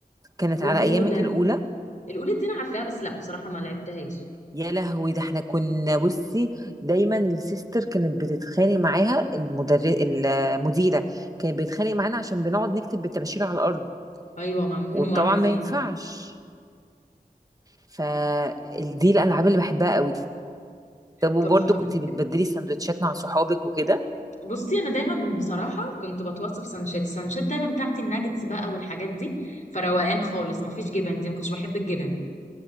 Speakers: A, on the right (about 20°); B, on the left (about 50°).
A: كانت
B: والأولى
A: على ايامك الأولى
B: القلوب دي انا عارفاها بس لا بصراحه ما لعبتهاش
A: يا لهوي ده احنا كنا بصي دايما السيستر كانت بتتخانق معاها المدرس المديره كانت بتتخانق معانا عشان بنقعد نكتب بالطباشير على الارض
B: ايوه ممنوع
A: وطبعا
B: اكيد
A: ما ينفعش فدي الالعاب اللي بحبها قوي طب وبرضه
B: طب ه-
A: كنت
B: <laughs>
A: بتبدلي سندوتشات مع صحابك وكده
B: بصي انا دايما بصراحه كنت بتوصف سانشات السانشات دايما بتاعتي الناجتس بقى والحاجات دي فروقان خالص ما فيش جبن دي ما كنتش بحب الجبن